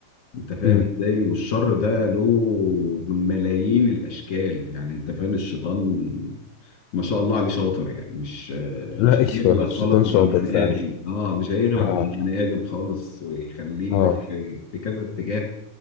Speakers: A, on the left; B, on the left.
A: انت فاهم
B: مهم.
A: ازاي والشر ده له ملايين الاشكال يعني انت فاهم الشيطان ما شاء الله عليه شاطر يعني مش آه،
B: لا
A: مش
B: <laughs> أيوه
A: هيغلب
B: الشيطان
A: خالص
B: شاطر
A: مع البني
B: فعلا
A: ادم اه مش هيغلب
B: اه
A: مع البني ادم خالص ويخليه
B: اه
A: يروح في في كذا اتجاه